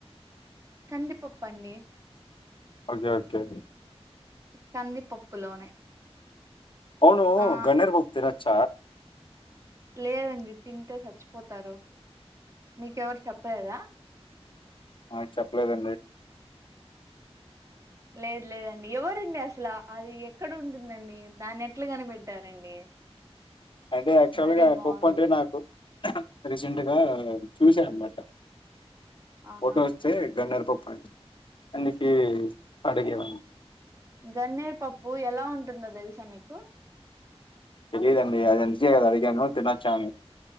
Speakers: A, on the right; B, on the left.
A: కందిీపప్ప అండి
B: ఓకే ఓకే
A: కందిపప్పులోనే
B: అవును
A: ఆ
B: గన్నేరు పప్పు తినర్ చ
A: లేదండి తింటే చచ్చిపోతారు మీకెవరు చెప్పలేదా
B: నాక్ చెప్పలేదండి
A: లేదు లేదండి ఎవరండి అసలు అది ఎక్కడ ఉంటుందండి దానిక్ ఎట్లా కనిపెట్టారండి
B: అంటే యాక్చువల్
A: మరీ
B: గా
A: బాగుంది
B: పప్పు అంటే నాకు రీసెంట్గా చూసా అన్నమాట
A: ఆహా
B: ఫోటో వస్తే గన్నర్ పప్పండి అందుక అడిగేవాడి
A: గన్నేరు పప్పు ఎలా ఉంటుందో తెలుసా మీకు
B: తెలిదండి అది అంతకే కదా అడిగాను తినొచ్చా అను